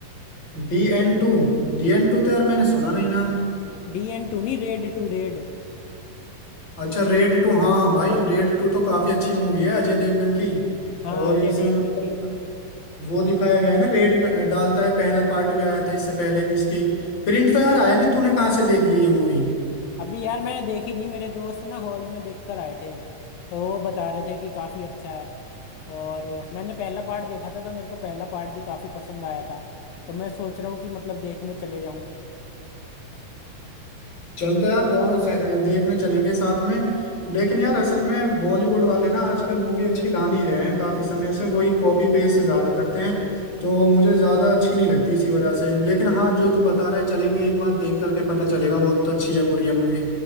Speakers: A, on the left; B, on the left.
A: D N two D N two तो यार मैंने सुना नहीं नाम
B: डी एन टू नहीं रेड टू रेड
A: अच्छा रेड टू हाँ भाई रेड टू तो काफी अच्छी मूवी है अजय देवगन की
B: हाँ
A: और
B: अजय
A: इसमें
B: देवगन
A: मतलब
B: की
A: वो दिखाया गया है ना रेड डालता है पहला पार्ट भी आया था इससे पहले भी इसकी प्रिंट तो यार आया नहीं तूने कहाँ से देख ली ये मूवी
B: अभी यार मैंने देखी नहीं मेरे दोस्त ना हॉल में देख कर आए थे तो वो बता रहे थे कि काफी अच्छा है और मैंने पहला पार्ट देखा था तो मेरे को पहला पार्ट भी काफी पसंद आया था तो मैं सोच रहा हूँ कि मतलब देखने चले जाऊँ
A: चल तो यार दोनों से- देखने चलेंगे साथ में लेकिन यार असल में बॉलीवुड वाले ना आजकल मूवी अच्छी ला नहीं रहे हैं काफी समय से वही कॉपी पेस्ट ज्यादा करते हैं तो मुझे ज्यादा अच्छी नहीं लगती इसी वजह से लेकिन हाँ जो तू बता रहा है चलेंगे एक बार देख करके पता चलेगा वो तो अच्छी है बुरी है मूवी